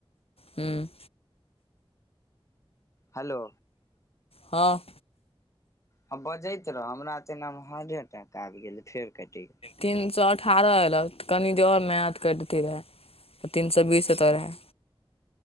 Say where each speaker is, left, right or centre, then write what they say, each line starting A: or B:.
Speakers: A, on the left; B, on the left.
A: ह्म
B: हेलो
A: हँ
B: ह बजैत रह हमरा तऽ एना मे हाडे अटैक आबि गेल फेर कटि गेल
A: तीन सए अठारह एयलअ तऽ कनि दे आओर मेहनत करती रहै तीन सए बीस एतो रहै